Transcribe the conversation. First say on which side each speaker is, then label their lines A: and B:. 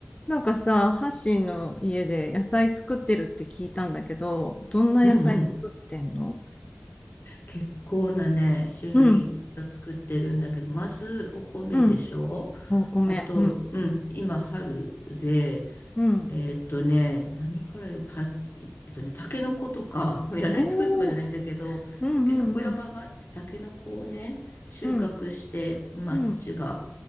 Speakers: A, on the left; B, on the left.
A: なんかさ、ハッシーの家で野菜作ってるって聞いたんだけど、どんな野菜作ってんの
B: うんうん。結構なね、種類を作ってるんだけど、
A: うん、
B: まずお米でしょ
A: うん。お米、
B: あと、
A: うん、
B: うん、今春で、
A: うん。
B: えーっとね、何からよ、は、えっとね、タケノコとか、まあ野菜作るとかじゃないんだけど、
A: おー、うん、
B: タケノコ山があって、
A: うん、うん、
B: タケノコをね、収穫して、
A: うん、
B: まあ父が
A: うん。